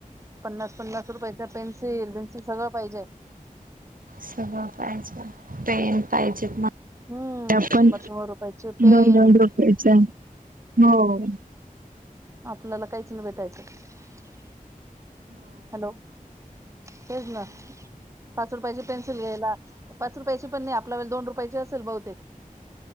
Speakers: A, on the right (about 20°); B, on the right (about 70°).
A: पन्नास पन्नास... पाहि पन्सिल पेन्सिल सगं पाहिजे..
B: सगळं पाहिजे पेन पाहिजेत मग...
A: हम्म
B: आपण
A: शंभर शंभर रुपयाचे पेन
B: दोन दोन रुपेच हो...
A: आपल्याला काहीच नाही भेटायचं... हॅलो तेच ना पाच रुपयाची पेन्सिल घ्यायला.. पाच रुपयाची पण नाही आपल्या व दोन रुपयाची असेल बहुतेक..